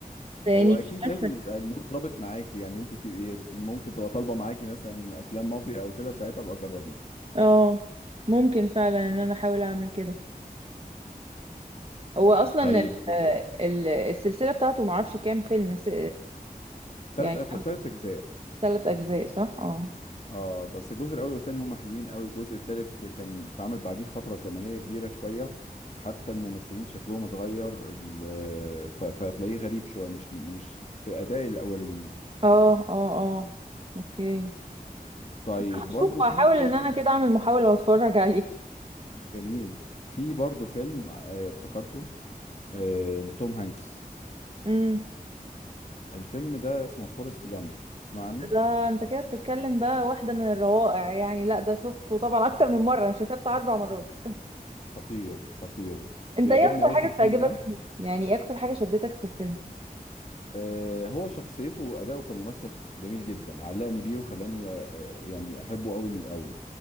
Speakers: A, on the right; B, on the left.
A: يعني
B: هو اكيد
A: مش عارفه
B: لازم يبقى المود ظابط معاكي يعني انت تبقي ممكن تبقى طالبه معاكي مثلا افلام مافيا او كده ساعتها ابقى جربيه
A: اه ممكن فعلا ان انا احاول اعمل كده هو اصلا
B: طيب
A: ال ال السلسله بتاعته معرفش كام فيلم س-
B: تلات
A: يعني
B: أف... تلات اجزاء
A: ثلاث اجزاء صح اه
B: اه بس الجزء الاول والتاني هما حلوين قوي الجزء التالت كان اتعمل بعديه فتره زمنيه كبيره شويه حتى الممثلين شكلهم اتغير ال... ف... فهتلاقيه غريب شويه مش مش في اداء الاولين
A: اه اه اه اوكي
B: طيب
A: هشوف
B: برضو في
A: هحاول
B: فيلم
A: ان انا كده اعمل محاولة واتفرج عليه
B: جميل في برضو فيلم آه، افتكرته آه، لتوم هانكس
A: امم
B: الفيلم ده اسمه فورست جامب اسمع عنه
A: ده انت كده بتتكلم بقى واحدة من الروائع يعني لا ده شفته طبعا اكتر من مرة انا شايفاه بتاع اربع مرات
B: خطير خطير
A: انت
B: بيعجبني
A: ايه اكتر
B: قوي
A: حاجة
B: في الفيلم
A: بتعجبك
B: ده
A: فيه يعني ايه اكتر حاجة شدتك في الفيلم
B: آه هو شخصيته وأداؤه كممثل جميل جدا علقني بيه وخلاني آه، يعني أحبه قوي من الأول